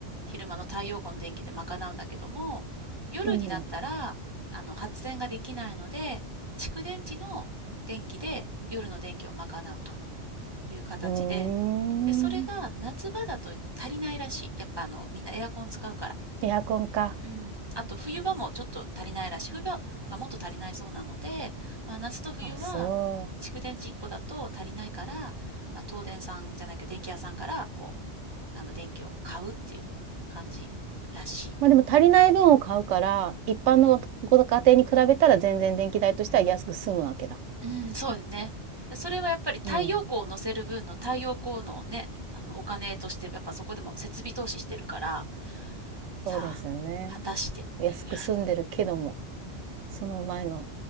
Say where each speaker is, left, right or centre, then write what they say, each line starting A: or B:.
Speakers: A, on the right (about 25°); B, on the right (about 80°).
A: 昼間の太陽光の電気で賄うんだけども、夜になったら、
B: うん、うん。
A: あの、発電ができないので、蓄電池の電気で夜の電気を賄うという形で、
B: うーん。
A: で、それが夏場だと足りないらしい。やっぱあの、みんなエアコン使うから。
B: エアコンか。
A: うん。あと冬場もちょっと足りないらしい。冬場がもっと足りないそうなので、まあ夏と冬は
B: あ、そう。
A: 蓄電池1個だと足りないから、まあ東電さんじゃなきゃ電気屋さんからこうあの電気を買うっていう感じらしい。
B: ま、でも足りない分を買うから、一般のご家庭に比べたら全然電気代としては安く済むわけだ。
A: うん、そうですね。それはやっぱり太陽光を乗せる分の太陽光のね、
B: うん、
A: あのお金としてやっぱそこでも設備投資してるから、さあ、
B: そうですね。
A: 果たしてっていう。
B: 安く住んでるけども、
A: うん。
B: その前の、